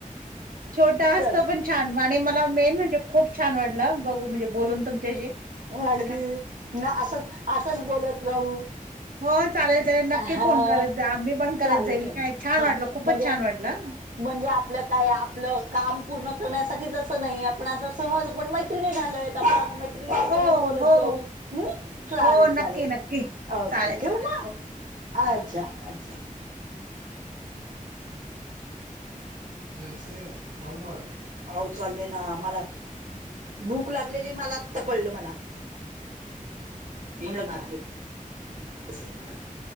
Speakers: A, on the right; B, on the right.
A: छोट असतं
B: चल
A: पण छान आणि मला मेन म्हणजे खूप छान वाटलं बघू म्हणजे बोलून तुमच्याशी
B: हो अगदी
A: का
B: म असंच असंच बोलत राहू
A: हो चालेल चालेल नक्की
B: हा
A: फोन करत जा मी पण करत
B: चालेल
A: जाईल
B: चालेल
A: का छान
B: हा
A: वाटलं खूपच
B: म्हणजे
A: छान वाटलं
B: म्हणजे आपलं काय आपलं काम पूर्ण करण्यासाठीच असं नाही आपण असं सहज पण मैत्रिणी झालोय त <unintelligible>
A: हो
B: <unintelligible> बोलत
A: हो
B: जाऊ चालेल
A: हो
B: चालेल
A: नक्की नक्की
B: अ
A: चालेल
B: ठेवू
A: चालेल
B: मग
A: ओके
B: अच्छा अच्छा जायच नाही नऊ वाजले अहो चालले ना आम्हाला भूक लागलेली मला आत्ता कळलं मला <unintelligible>